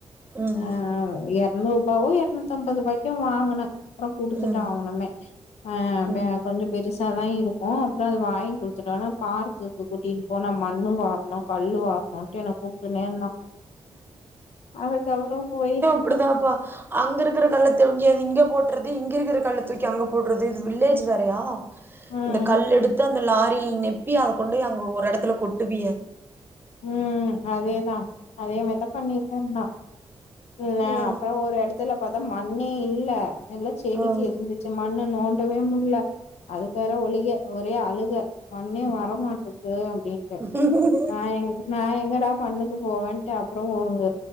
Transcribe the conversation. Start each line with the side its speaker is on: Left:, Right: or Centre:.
Right: ம் ம்
Left: ஆ எர்நூறுபாவோ எர் நூத்தம்பது ரூபாய்க்கு வாங்கன அப்றோ குடுத்துட்டா
Right: ம்
Left: ஆவனுமே ஆ ப
Right: ம்
Left: கொஞ்ச பெருசாதா இருக்கு அப்புறோ அது வாயங்கி குடுத்துட்டோனா பார்க் துக கூட்டின் போனா மண்ணு வார்ணும் கள்ளு வார்ணும் ட்டு என கூட்டுனேனா அதுக்கு அவரும் போய்
Right: அப்புடிதாபா அங்க இருக்குற கல்லத்த இங்கது இங்க போட்றது இங்க இருக்கற கல்ல தூக்கி அங்க போட்றது இது வில்லேஜ் வேறயா
Left: ம்
Right: இந்த கல்லெடுத்து அந்த லாரியில நெப்பி அத கொண்டு அங்க ஒரு எடத்துல கொட்டுவியே
Left: ம் அதேதா அதே மாரி தப்பா நீ பண்ணுன்னா இல்ல
Right: ம்
Left: அப்பறோ ஒரு எடத்து த்துல பத்தா மண்ணே இல்ல எல்லா செடிக்கு
Right: ம்
Left: இருந்துச்சு மண்ணு நோ டவே முடியில அதுக்கு வேற ஒலிக ஒரே அழுக மண்ணே வரமாட்டது அப்டின்ட்டு
Right: ஹ
Left: எங்க வீட்ல நா எங்கடா பண்ணுக்கு போவன்ட்டு அப்றோ உங்க